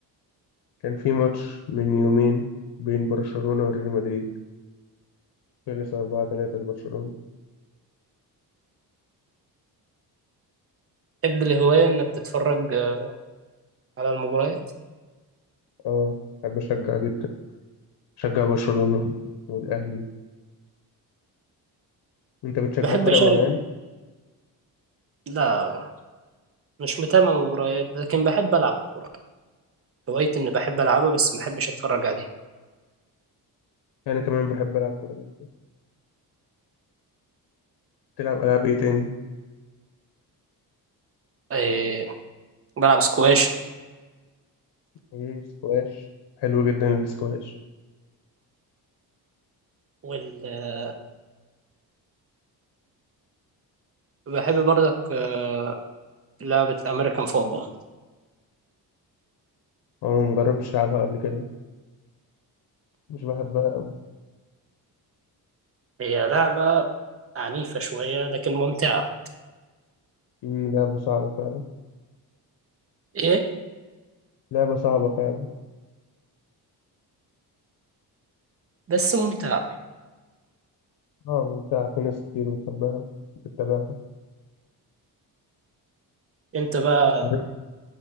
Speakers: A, on the left (about 75°); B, on the right (about 35°).
A: كان في ماتش من يومين بين برشلونة وريال مدريد خلص 4 3 لبرشلونة
B: تحب الهواية انك تتفرج آه، على المباريات
A: اه بحب اشجع جدا شجع برشلونة والاهلي انت بتشجع
B: بحب
A: فرق
B: اشارك
A: معينة
B: لا مش متابع مباريات لكن بحب العب كورة هوايتي اني بحب العبها بس ما بحبش اتفرج عليها
A: انا كمان بحب العب كورة جدا تلعب العاب ايه تاني
B: إيه بلعب سكواش
A: ايه سكواش حلو جدا السكواش
B: وال... آه، بحب برضك آه، لعبة امريكان فوتبول
A: اه مجربتش العبها قبل كده مش بحبها قوي
B: هي لعبة عنيفة شوية لكن ممتعة
A: مم، لعبة صعبة فعلا
B: ايه
A: لعبة صعبة فعلا
B: بس ممتعة
A: اه ممتعة في ناس كتير بتحبها بتتابعها
B: انت بقى
A: عارف،